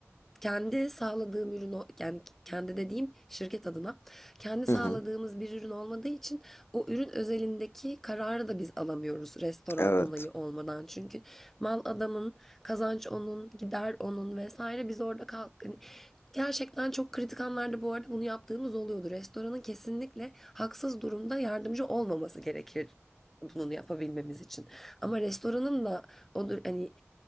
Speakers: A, in the centre; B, on the left.
A: kendi sağladığım ürün yani kendi dediğim şirket adına kendi sağladığımız
B: hı hı.
A: bir ürün olmadığı için o ürün özelindeki kararı da biz alamıyoruz restoran
B: Evet.
A: onayı olmadan. Çünkü mal adamın, kazanç onun, gider onun vesaire biz orada kalk hani Gerçekten çok kritik anlarda bu arada bunu yaptığımız oluyordu. Restoranın kesinlikle haksız durumda yardımcı olmaması gerekir bunu yapabilmemiz için. Ama restoranın da odur hani